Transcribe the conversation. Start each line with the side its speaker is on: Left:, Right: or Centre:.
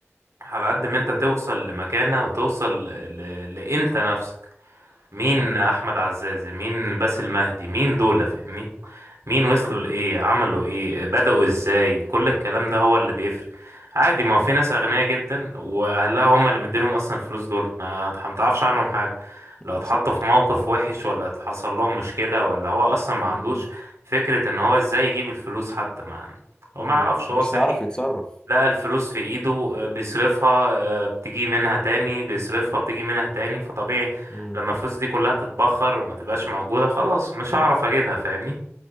Right: على قد ما
Left: امم
Right: انت توصل لمكانة وتوصل ل... لانت نفسك مين
Left: صح
Right: احمد عزازي مين باسل مهدي مين دول فاهمني مين وصلوا
Left: امم
Right: لايه عملوا ايه بدأوا ازاي كل الكلام ده هو اللي بيفرق عادي ما هو في ناس اغنياء جدا واهلها هم اللي مديلهم اصلا الفلوس دول ما هت- متعرفش عنهم حاجة
Left: <laughs>
Right: لو اتحطوا
Left: صح
Right: في موقف وحش ولا حصل لهم مشكلة ولا هو اصلا ما
Left: امم
Right: عندوش فكرة ان هو ازاي يجيب الفلوس حتى ما هو
Left: امم
Right: ما يعرفش
Left: مش
Right: هو صحي
Left: هيعرف يتصرف
Right: لقى الفلوس في ايده آه، بيصرفها آه، بتيجي منها تاني بيصرفها بتيجي منها تاني فطبيعي
Left: مم.
Right: لما الفلوس دي كلها تتبخر وما تبقاش موجودة خلاص مش هعرف اجيبها فاهمني